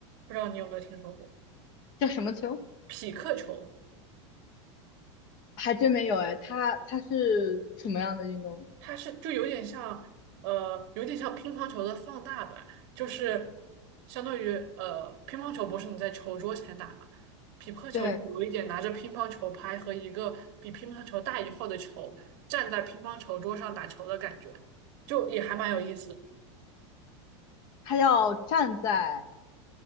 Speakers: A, on the right (about 45°); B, on the left (about 30°).
A: 不知道你有没有听说过？
B: 叫什么球？
A: 匹克球
B: 还真没有哎，它它是什么样的运动呢？
A: 它是就有点像呃，有点像乒乓球的放大版，就是相当于呃，乒乓球不是你在球桌前打嘛，匹克球就有一点拿着乒乓球拍和一个比乒乓球大一号的球站在乒乓球桌上打球的感觉，
B: 对，
A: 就也还蛮有意思
B: 它要站在